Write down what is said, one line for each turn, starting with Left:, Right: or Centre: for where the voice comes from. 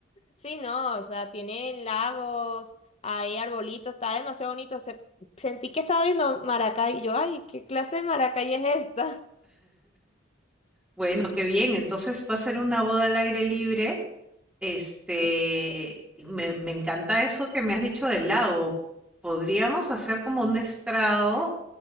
Left: Sí, no, o sea, tienen lagos, hay arbolitos, está demasiado bonito. Se- sentí que estaba viendo Maracay y yo, ay, ¿qué clase de Maracay es esta?
Centre: Bueno, qué bien. Entonces va a ser una boda al aire libre. Este,
Left: <laughs> Sí,
Centre: y me, me encanta eso que me has dicho del lago. Podríamos hacer como un estrado